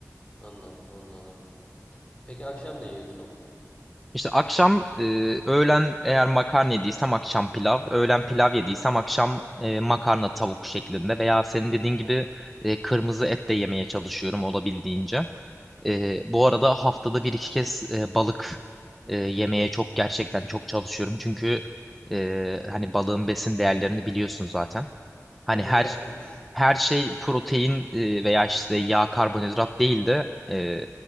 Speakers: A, on the left; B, in the centre.
A: Anladım, anladım. Peki akşam ne yiyorsun?
B: İşte akşam e, öğlen eğer makarna yediysem akşam pilav, öğlen pilav yediysem akşam e, makarna tavuk şeklinde veya senin dediğin gibi e, kırmızı et de yemeye çalışıyorum olabildiğince. E, bu arada haftada bir iki kez e, balık e, yemeye çok gerçekten çok çalışıyorum çünkü e, hani balığın besin değerlerini biliyorsun zaten. Hani
A: Omega
B: her
A: üç
B: her şey protein e, veya işte yağ karbonhidrat değil de e,